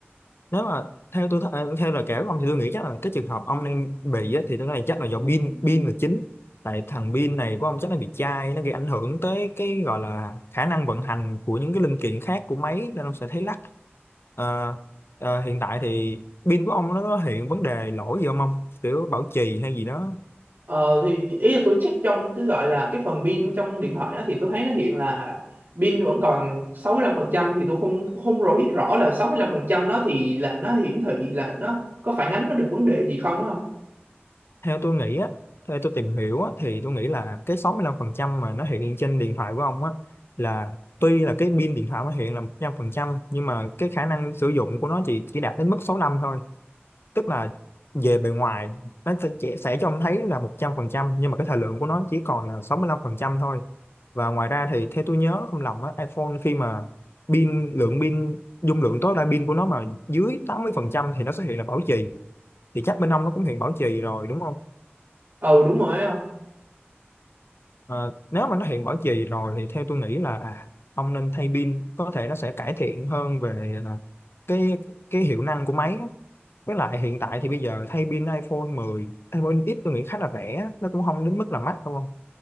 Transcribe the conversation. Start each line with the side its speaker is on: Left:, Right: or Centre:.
Left: nếu mà theo tôi th- à, theo lời kể của ông thì tôi nghĩ chắc là cái trường hợp ông đang bị á, thì tôi nghĩ chắc là do pin pin là chính tại thằng pin này của ông chắc là bị chai nó gây ảnh hưởng tới cái gọi là khả năng vận hành của những cái linh kiện khác của máy nên ông sẽ thấy lắc Ờ, ờ, hiện tại thì pin của ông nó có hiện vấn đề lỗi gì không ông kiểu bảo trì hay gì đó
Right: Ờ thì ý là tôi check trong cái gọi là cái phần pin trong điện thoại đó thì tôi thấy nó hiện là pin vẫn còn sáu mươi lăm phần trăm thì tôi không không rõ biết rõ là 65% đó thì là nó hiển thị là nó có phản ánh nó được vấn đề gì không á không?
Left: theo tôi nghĩ á theo tôi tìm hiểu á thì tôi nghĩ là cái 65% mà nó hiện trên điện thoại của ông á là tuy là cái pin điện thoại nó hiện là 100% nhưng mà cái khả năng sử dụng của nó chỉ chỉ đạt đến mức 65 thôi tức là về bề ngoài nó sẽ chỉ- sẽ cho ông thấy là 100% nhưng mà cái thời lượng của nó chỉ còn là 65% thôi và ngoài ra thì theo tôi nhớ không lầm á iPhone khi mà pin lượng pin dung lượng tối đa pin của nó mà dưới 80% thì nó sẽ hiện là bảo trì thì chắc bên ông nó cũng hiện bảo trì rồi đúng không
Right: Ừ đúng rồi ấy không?
Left: Ờ, nếu mà nó hiện bảo trì rồi thì theo tôi nghĩ là à, ông nên thay pin có thể nó sẽ cải thiện hơn về à, cái cái hiệu năng của máy á. với lại hiện tại thì bây giờ thay pin iPhone 10 iPhone X tôi nghĩ khá là rẻ á, nó cũng không đến mức là mắc đúng không